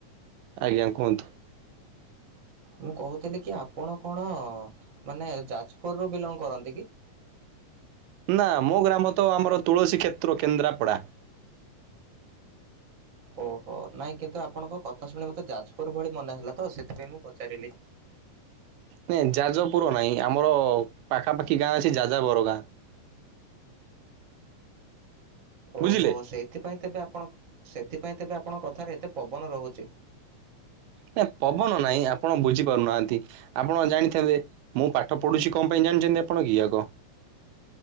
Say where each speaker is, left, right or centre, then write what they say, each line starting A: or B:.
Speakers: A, on the right; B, on the right.
A: ଆଜ୍ଞା କୁହନ୍ତୁ।
B: ମୁଁ କହୁଥିଲି କି ଆପଣ କଣ ମାନେ ଯାଜପୁରରୁୁ ବିଲଙ୍ଗ କରନ୍ତି କି?
A: ନା ମୋ ଗ୍ରାମ ତ ଆମର ତୁଳସୀକ୍ଷେତ୍ର କେନ୍ଦ୍ରାପଡ଼ା।
B: ଓହୋ ନାଇଁ କିନ୍ତୁ ଆପଣଙ୍କ କଥା ଶୁଣି ମତେ ଯାଜପୁର ଭଳି ମନେ ହେଲା ତ ସେଥିପାଇଁ ମୁଁ ପଚାରିଲି।
A: ନାଇଁ ଯାଜପୁର ନାହିଁ ଆମର ପାଖାପାଖି ଗାଁ ଅଛି ଯାଜା ବର ଗାଁ। <inaudible>
B: ଓହୋ
A: ବୁଝିଲେ
B: ସେଇଥିପାଇଁ ତେବେ ଆପଣ ସେଥିପାଇଁ ତେବେ ଆପଣଙ୍କ କଥାରେ ଏତେ ପବନ ରହୁଛି।
A: ନା ପବନ ନାାଇଁ ଆପଣ ବୁଝିପାରୁନାହାନ୍ତି। ଆପଣ ଜାଣିଥାନ୍ତେ ମୁଁ ପାଠ ପଢ଼ୁଛି କଣ ପାଇଁ ଜାଣିଛନ୍ତି ଆପଣ କି ଆଗ?